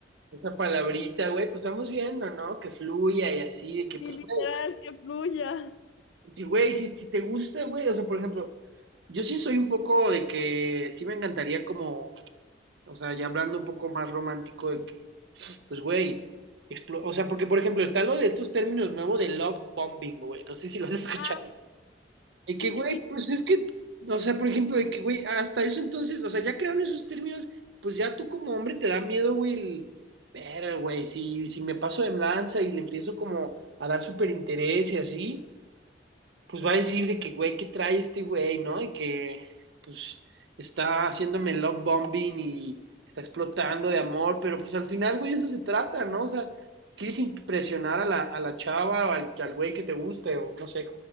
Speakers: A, on the right; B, on the left.
A: esa palabrita, güey, pues vamos viendo, ¿no? Que fluya y así, de que,
B: Y
A: pues,
B: literal,
A: güey,
B: que fluya.
A: y, güey, si, si te gusta, güey, o sea, por ejemplo, yo sí soy un poco de que, sí me encantaría como, o sea, ya hablando un poco más romántico de que, pues, güey, explo- o sea, porque, por ejemplo, está lo de estos términos nuevos de love bombing, güey, no sé si los has <laughs> escuchado.
B: Ah,
A: Y que,
B: sí,
A: güey,
B: sí, sí.
A: pues es que, o sea, por ejemplo, de que, güey, hasta eso entonces, o sea, ya crearon esos términos, pues ya tú como hombre te da miedo, güey, el, ver, güey, si, si me paso de lanza y le empiezo como a dar súper interés y así, pues va a decir de que, güey, ¿qué trae este güey, no? Y que, pues, está haciéndome love bombing y está explotando de amor, pero pues al final, güey, eso se trata, ¿no? O sea, quieres impresionar a la, a la chava o al, al güey que te guste o no sé,